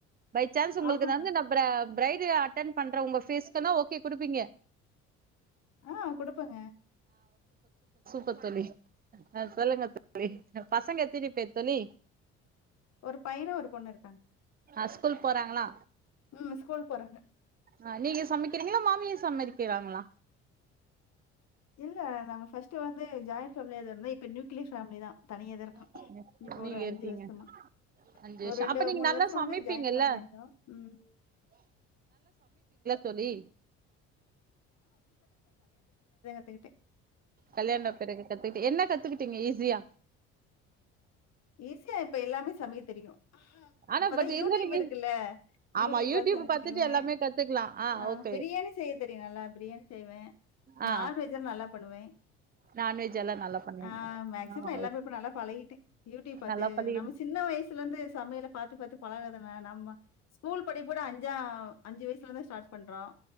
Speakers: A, on the right; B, on the left.
A: பை சான்ஸ் உங்களுக்கு
B: ஆமாங்க.
A: தந்து நப்புற பிரைட் அட்டன் பண்ற உங்க பிஸ்க்க ஓகே குடுப்பீங்க
B: ஆஹ் குடுப்பங்க
A: த்தி ஆஹ் சொல்லுங்க தி பசங்க எதினிப்போர் தொழி
B: ஒரு பயிர ஒரு பொண்ணு இருக்காங்க
A: ஆஹ் ஸ்கூல் போறாங்களா
B: உம் ஸ்கூல் போறாங்க
A: அஹ் நீங்க சமைக்கிறீங்களா மாமிய சமதிக்கிறாங்களா
B: இல்ல நாங்கள் ஃபஸ்டு வந்து ஜாயின் ஃபேலியாக இருந்தோ இப்போ ந நியூக்ளி ஃபேமிலி தான் தனியத இருக்கான்
A: நீ-
B: இப்ப
A: நீங்க
B: ஒரு அஞ்சு
A: இருக்கீங்க
B: வருஷமா
A: அஞ்சு வருஷோ
B: ஒரு ரெண்டு
A: அப்ப நீங்க
B: மூணு
A: நல்லா
B: வருஷம்
A: சமைப்பீங்கல்ல
B: வந்து ஜாயிண்ட் பேமிலியா இருந்தோம் உம்
A: சொல்லி
B: த்துக்கிட்டே
A: கல்யாணம் பிறகு கத்துக்கிட்டு என்ன கத்துக்கிட்டு ங்க ஈஸியா
B: ஈஸியா இப்ப எல்லாமே சமைய தெரியும்
A: ஆனா
B: இப்பதான்
A: பட்
B: யூடிப்
A: இருந்தாலு
B: இருக்குல்ல
A: ஆமா
B: யூடிப்
A: யூடியூப்
B: சமைச்சுக்குருவேன்
A: பாத்துட்டு எல்லாமே கத்துக்கலா ஆ
B: ஆஹ்
A: ஓகே
B: பிரியாணி செய்ய தெரியும் நல்லா பிரியாணி செய்வேன்
A: ஆ
B: நான்வெஜ்ல்லாம் நல்லா பண்ணுவேன்
A: நான்வெஜ் எல்லா நல்லா பண்ணுவீங்க
B: ஆஹ் மேக்சிமம்
A: ஆமா
B: எல்லாமே இப்ப நல்லா பழகிட்டேன் யூடியூப் பாத்து
A: நல்லா பண்ணி
B: நம்ம சின்ன வயசுல இருந்து சமையல பாத்து பாத்து பழகாதங்க நம்ம ஸ்கூல் படிகும்போது அஞ்சா அஞ்சு வயசல தான் ஸ்டார்ட் பண்றோம்